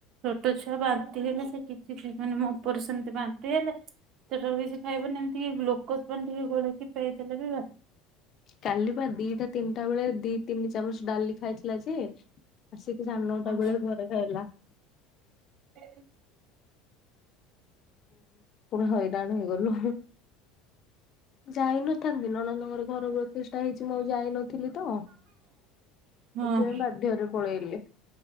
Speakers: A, on the right; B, on the left.
A: ଛୋଟ ଛୁଆ ବାନ୍ତି ହେଲେ ସେ କିଛି ମାନେ ମୋ ପୁଅ ର ସେମିତି ବାନ୍ତି ହେଲେ ସେ। <unintelligible> ଖାଇବନି, ଏମିତି ଗ୍ଲୁକୋଜ୍ ପାଣି ଟିକେ ଗୋଲେଇକି ପେଇ ଦେଲେ ବି ବାନ୍ତି।
B: କାଲି ପା ଦିଟା ତିନିଟା ବେଳେ ଦି ତିନି ଚାମଚ ଡାଲି ଖାଇଥିଲା ଯେ ଆସିକି ସାଢେ ନଅଟା
A: ହଁ
B: ବେଳେ ଘରେ ଖାଇଲା।
A: ଏ
B: ପୁରା ହଇରାଣ ହେଇଗଲୁ। ଯାଇନଥାନ୍ତି, ନଣନ୍ଦ ଙ୍ଗର ଘର ପ୍ରତିଷ୍ଠା ହେଇଚି ଯାଇନଥିଲି ତ। ସେଥିପାଇଁ
A: ହଁ
B: ବାଧ୍ୟରେ ପଳେଇଲି।